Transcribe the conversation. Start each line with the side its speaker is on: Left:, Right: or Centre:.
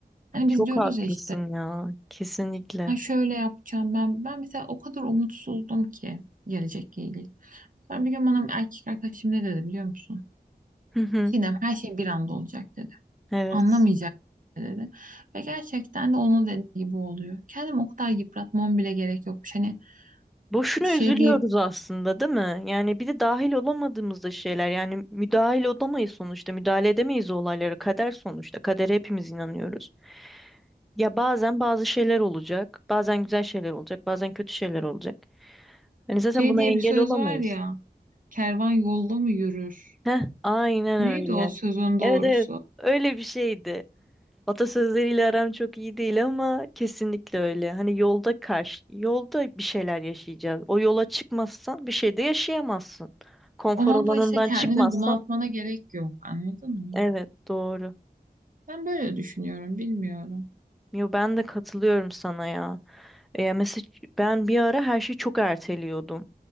Right: Hani
Centre: Çok
Right: biz diyoruz
Centre: haklısın
Right: ya işte
Centre: ya. Kesinlikle.
Right: ben şöyle yapacağım ben. Ben mesela o kadar umutsuzdum ki gelecekle ilgili. Sonra bir gün bana bir erkek arkadaşım ne dedi biliyor musun?
Centre: Hı hı,
Right: Sinem her şey bir anda olacak dedi.
Centre: Evet.
Right: Anlamayacak dedi. Ve gerçekten de onun dediği gibi oluyor. Kendimi o kadar yıpratmam bile gerek yokmuş. Hani
Centre: Boşuna
Right: şey
Centre: üzülüyoruz
Right: diye
Centre: aslında, değil mi? Yani bir de dahil olamadığımız da şeyler. Yani müdahil olamayız sonuçta. Müdahale edemeyiz o olaylara. Kader sonuçta. Kadere hepimiz inanıyoruz. Ya bazen bazı şeyler olacak, bazen güzel şeyler olacak, bazen kötü şeyler olacak. Hani zaten
Right: şey
Centre: buna
Right: diye
Centre: engel
Right: bir söz
Centre: olamayız.
Right: var ya. Kervan yolda mı yürür?
Centre: Heh, aynen
Right: Neydi
Centre: öyle.
Right: o sözün
Centre: Evet
Right: doğrusu?
Centre: evet, öyle bir şeydi. Atasözleriyle aram çok iyi değil ama kesinlikle öyle. Hani yolda karşı, yolda bir şeyler yaşayacağız. O yola çıkmazsan bir şey de yaşayamazsın. Konfor
Right: Onun
Centre: alanından
Right: da işte kendini
Centre: çıkmazsan.
Right: bunaltmana gerek yok. Anladın mı?
Centre: Evet, doğru.
Right: Ben böyle düşünüyorum. Bilmiyorum.
Centre: Yo, ben de katılıyorum sana ya. E, mesela ben bir ara her şeyi çok erteliyordum.